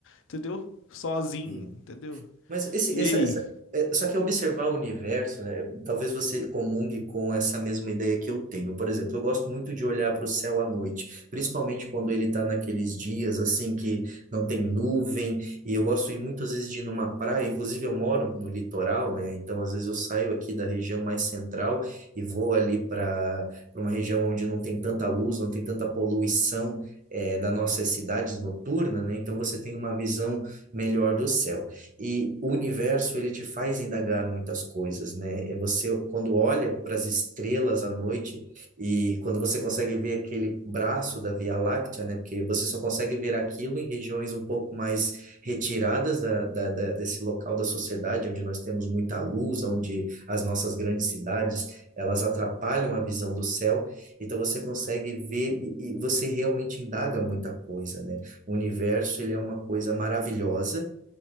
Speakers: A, on the left; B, on the right.
A: entendeu? Sozinho,
B: sim.
A: entendeu?
B: Mas esse,
A: E
B: essa,
A: aí?
B: essa, é, só que observar o universo, né? Talvez você comungue com essa mesma ideia que eu tenho. Por exemplo, eu gosto muito de olhar para o céu à noite, principalmente quando ele está naqueles dias assim que não tem nuvem. E eu gosto de ir muitas vezes de ir numa praia. Inclusive, eu moro no litoral, né? Então, às vezes eu saio aqui da região mais central e vou ali para para uma região onde não tem tanta luz, não tem tanta poluição. É, das nossas cidades noturnas, né? Então você tem uma visão melhor do céu. E o universo, ele te faz indagar muitas coisas, né? E você, quando olha para as estrelas à noite e quando você consegue ver aquele braço da Via Láctea, né? Porque você só consegue ver aquilo em regiões um pouco mais retiradas da, da, da- desse local da sociedade, onde nós temos muita luz, onde as nossas grandes cidades, elas atrapalham a visão do céu. Então, você consegue ver e, e você realmente indaga muita coisa, né? O universo, ele é uma coisa maravilhosa